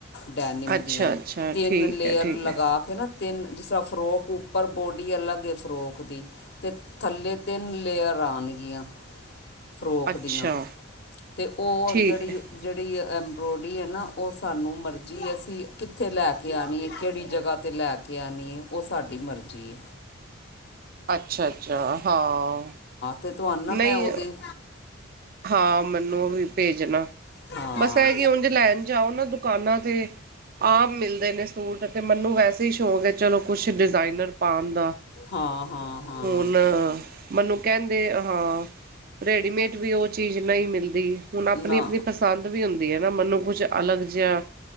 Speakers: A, on the left; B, on the right.
A: ਡੈਨਿਮ
B: ਅੱਛਾ
A: ਦੀਆਂ
B: ਅੱਛਾ
A: ਤਿੰਨ
B: ਠੀਕ
A: ਲੇਅਰ
B: ਹੈ ਠੀਕ
A: ਲਗਾ
B: ਹੈ
A: ਨਾ ਤਿੰਨ ਜਿਸ ਤਰਾ ਫਰੋਕ ਉੱਪਰ ਬੋਡੀ ਅਲੱਗ ਏ ਫਰੋਕ ਦੀ ਤੇ ਥੱਲੇ ਤਿੰਨ ਲੇਅਰ ਆਣਗੀਆਂ ਫਰੋਕ
B: ਅੱਛਾ
A: ਦੀਆਂ ਤੇ ਉਹ
B: ਠੀਕ
A: ਜਿਹੜੀ
B: ਹੈ
A: ਜਿਹੜੀ ਐੰਬਰੋਇਡਰੀ ਹੈ ਨਾ ਉਹ ਸਾਨੂੰ ਮਰਜ਼ੀ ਅਸੀਂ ਕਿੱਥੇ ਲੈ ਕੇ ਆਣੀ ਹੈ ਕਿਹੜੀ ਜਗ੍ਹਾ ਤੇ ਲੈ ਕੇ ਆਣੀ ਐ ਉਹ ਸਾਡੀ ਮਰਜ਼ੀ ਏ।
B: ਅੱਛਾ ਅੱਛਾ ਹਾਂ
A: ਤੇ ਤੁਹਾਨਾ ਮੈਂ
B: ਨਹੀਂ
A: ਉਹਦੇ
B: ਹਾਂ ਮੈਨੂੰ ਉਹ ਵੀ ਪੇਜਣਾ
A: ਹਾਂ
B: ਬਸ ਐ ਹੇ ਕਿ ਉਂਝ ਲੈਣ ਜਾਓ ਨਾ ਦੁਕਾਨਾਂ ਤੇ ਆਮ ਮਿਲਦੇ ਨੇ ਸੂਟ ਤੇ ਮੈਨੂੰ ਵੈਸੇ ਹੀ ਸ਼ੌਕ ਹੈ ਚਲੋ ਕੁਛ ਡਿਜ਼ਾਇਨਰ ਪਾਣ ਦਾ
A: ਹਾਂ ਹਾਂ ਹਾਂ
B: ਹੁਣ ਮੈਨੂੰ ਕਹਿੰਦੇ ਹਾਂ ਰੇਡੀਮੇਡ ਵੀ ਉਹ ਚੀਜ਼ ਨਹੀਂ ਮਿਲਦੀ ਹੁਣ ਆਪਣੀ
A: ਨਾ
B: ਆਪਣੀ ਪਸੰਦ ਵੀ ਹੁੰਦੀ ਏ ਨਾ ਮੈਨੂੰ ਕੁਛ ਅਲੱਗ ਜਿਹਾ